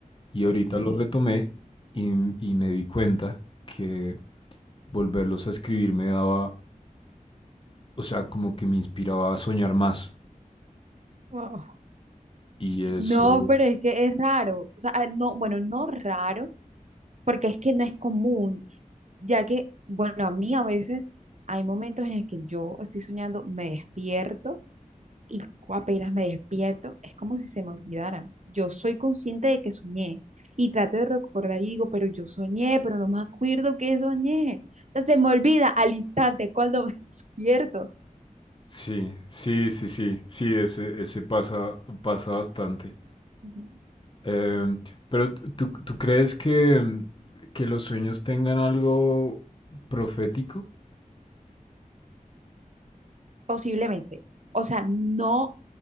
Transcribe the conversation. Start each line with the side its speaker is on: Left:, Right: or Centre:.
Left: y ahorita
Right: Ujú.
Left: lo retomé y, y me di cuenta que volverlos a escribir me daba, o sea, como que me inspiraba a soñar más.
Right: Wow.
Left: Y eso,
Right: No, pero es que es raro, o sea, ah, no, bueno, no raro, porque es que no es común, ya que, bueno, a mí a veces hay momentos en el que yo estoy soñando, me despierto y cu- apenas me despierto, es como si se me olvidaran. Yo soy consciente de que soñé y trato de recordar y digo, pero yo soñé, pero no me acuerdo que soñé. O sea, se me olvida al instante cuando <laughs> me despierto,
Left: sí, sí, sí, sí, sí, ese, ese pasa, pasa bastante.
Right: Ujú.
Left: Em, pero ¿tú, tú crees que, que los sueños tengan algo profético?
Right: posiblemente. O sea, no